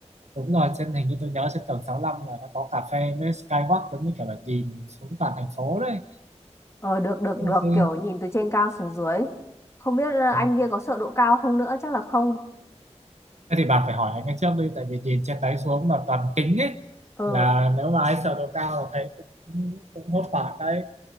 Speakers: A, on the right (about 75°); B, on the left (about 25°).
A: đúng rồi trên hình như tôi nhớ trên tầng sáu lăm là nó có cà phê với skywalk giống như kiểu là nhìn xuống toàn thành phố đấy
B: Ờ được được
A: thế,
B: được
A: thế,
B: kiểu nhìn từ trên cao xuống dưới. Không biết ờ, anh
A: ừ.
B: kia có sợ độ cao không nữa chắc là không.
A: thế thì bà phải hỏi anh ấy trước đi tại vì nhìn trên đấy xuống mà toàn kính ấy
B: Ờ
A: là nếu mà ai sợ độ cao là thấy cũng cũng hốt hoảng đấy